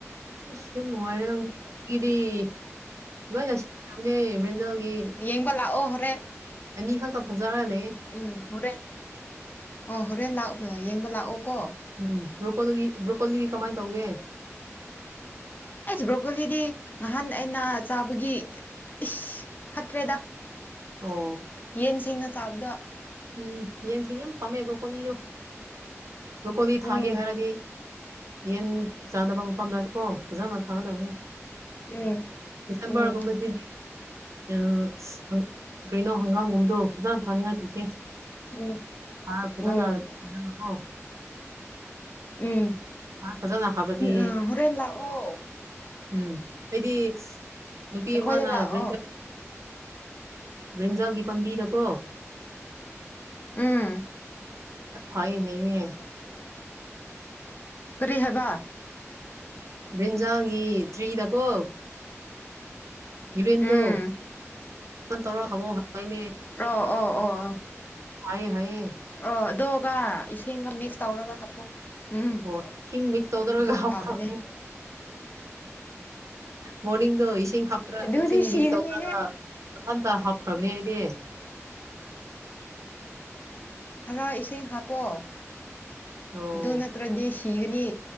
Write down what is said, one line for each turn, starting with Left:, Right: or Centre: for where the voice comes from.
Right: ꯑꯁ ꯌꯥꯝ ꯅꯨꯡꯉꯥꯏꯔꯦ <unintelligible> ꯂꯣꯏꯅ <unintelligible> ꯕ꯭ꯔꯤꯟꯖꯥꯜꯒꯤ
Left: ꯌꯦꯡꯕ ꯂꯥꯛꯑꯣ ꯍꯣꯔꯦꯟ
Right: ꯑꯅꯤ ꯈꯛꯇ ꯐꯖꯔ ꯂꯩꯌꯦ
Left: ꯎꯝ ꯍꯣꯔꯦꯟ ꯑꯣ ꯍꯣꯔꯦꯟ ꯂꯥꯛ ꯌꯦꯡꯕ ꯂꯥꯛꯑꯣ ꯀꯣ
Right: ꯎꯝ ꯕ꯭ꯔꯣꯀꯣꯜꯂꯤ ꯕ꯭ꯔꯣꯀꯣꯜꯂꯤꯗꯤ ꯀꯃꯥꯏ ꯇꯧꯒꯦ
Left: ꯑꯩꯁ ꯕ꯭ꯔꯣꯀꯣꯂꯤꯗꯤ ꯉꯍꯥꯟ ꯑꯩꯅ ꯆꯥꯕꯒꯤ ꯏꯁ ꯐꯠꯇ꯭ꯔꯦꯗ
Right: ꯑꯣ
Left: ꯌꯦꯟ ꯁꯤꯡꯅ ꯆꯥꯕꯗ
Right: ꯎꯝ ꯌꯦꯟꯁꯤꯡ ꯌꯥꯝ ꯄꯥꯝꯃꯦ ꯕ꯭ꯔꯣꯀꯣꯂꯤꯗꯣ ꯕ꯭ꯔꯣꯀꯣꯂꯤ
Left: ꯎꯝ
Right: ꯊꯥꯒꯦ ꯍꯥꯏꯔꯗꯤ ꯌꯦꯟ ꯆꯥꯗꯕ ꯃꯐꯝꯗ ꯀꯣ ꯐꯖꯅ ꯊꯥꯒꯗꯕꯅꯤ
Left: ꯎꯝ
Right: ꯁꯦꯝꯕꯔꯒꯨꯝꯕꯗꯤ
Left: ꯎꯝ
Right: ꯑꯪ ꯀꯩꯅꯣ ꯍꯪꯒꯥꯝꯒꯨꯝꯕꯗꯣ ꯐꯖꯅ ꯊꯥꯅꯤꯡꯉꯥꯏ ꯇꯧꯁꯦ
Left: ꯎꯝ
Right: ꯍꯥꯔ ꯐꯖꯅ
Left: ꯎꯝ
Right: ꯀꯣ
Left: ꯎꯝ
Right: ꯐꯖꯅ ꯍꯥꯞꯄꯗꯤ
Left: ꯑ ꯍꯣꯔꯦꯟ ꯂꯥꯛꯑꯣ
Right: ꯎꯝ ꯑꯩꯗꯤ ꯅꯨꯄꯤ
Left: ꯑꯩꯈꯣꯏꯗ
Right: ꯑꯃꯅ
Left: ꯂꯥꯛꯑꯣ
Right: ꯕ꯭ꯔꯤꯟꯗ ꯕ꯭ꯔꯤꯟꯖꯜꯒꯤ ꯄꯥꯝꯕꯤꯗꯀꯣ
Left: ꯎꯝ
Right: ꯍꯥꯏꯅꯦ
Left: ꯑꯕꯥ ꯀꯔꯤ ꯍꯥꯏꯕ
Right: ꯕ꯭ꯔꯤꯟꯖꯥꯜꯒꯤ ꯇ꯭ꯔꯤꯗ ꯀꯣ ꯌꯨꯔꯤꯟꯗꯣ
Left: ꯎꯝ
Right: ꯇꯧꯔꯣ ꯍꯕꯣ ꯍꯥꯏꯅꯦ
Left: ꯑꯣ ꯑꯣ ꯑꯣ
Right: ꯍꯥꯏꯌꯦ ꯍꯥꯏꯌꯦꯌꯦ
Left: ꯑꯣ ꯑꯗꯨꯒ ꯏꯁꯤꯡꯒ ꯃꯤꯛꯁ ꯇꯧꯔꯒ ꯍꯥꯞꯄꯣ ꯎꯝ
Right: ꯑꯣ ꯏꯁꯤꯡꯒ ꯃꯤꯛꯁ ꯇꯧꯗ꯭ꯔꯒ
Left: ꯑꯗꯨ
Right: ꯍꯥꯞꯈ꯭ꯔꯕꯅꯤ
Left: ꯐꯕꯅꯦ
Right: ꯃꯣꯔꯅꯤꯡꯗꯣ ꯏꯁꯤꯡ ꯍꯥꯄ꯭ꯔ
Left: ꯑꯗꯨꯗꯤ
Right: ꯏꯁꯤꯡ
Left: ꯁꯤꯒꯅꯤꯍꯦ
Right: ꯃꯤꯛꯁ ꯇꯧꯈ꯭ꯔꯒ ꯃꯊꯟꯇ ꯍꯥꯞꯈ꯭ꯔꯕꯅꯤ ꯑꯩꯗꯤ
Left: ꯈꯔ ꯏꯁꯤꯡ ꯍꯥꯞꯄꯣ
Right: <unintelligible>
Left: ꯑꯗꯨ ꯅꯠꯇ꯭ꯔꯗꯤ ꯁꯤꯒꯅꯤ